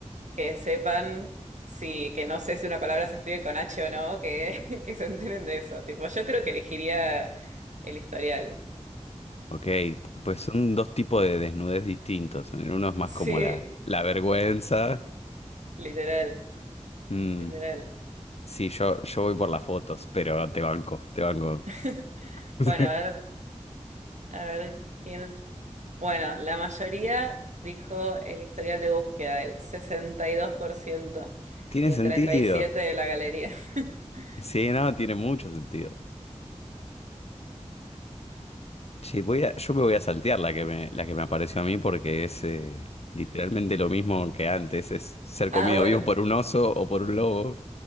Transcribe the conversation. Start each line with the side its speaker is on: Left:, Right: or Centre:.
Right: que sepan si, que no sé si una palabra se escribe con H o no, que, <laughs> que se enteren de eso. Tipo, yo creo que elegiría el historial. <laughs>
Left: Ok, porque, pues son dos tipos de desnudez distintos. Uno es más
Right: Sí,
Left: como la, la vergüenza.
Right: literal,
Left: Mm,
Right: literal.
Left: sí, yo, yo voy por las fotos, pero te banco, te banco.
Right: <laughs>
Left: <laughs>
Right: Bueno, a ver, a ver, ¿quién? Bueno, la mayoría dijo el historial de búsqueda, el sesenta y dos por ciento
Left: Tiene
Right: y
Left: sentido.
Right: el 37% de la galería. <laughs>
Left: Sí, no, tiene mucho sentido. Che, voy a, yo me voy a saltear la que me, la que me apareció a mí porque es eh, literalmente lo mismo que antes. Es ser comido
Right: Ah, bueno,
Left: vivo por un oso o por un lobo.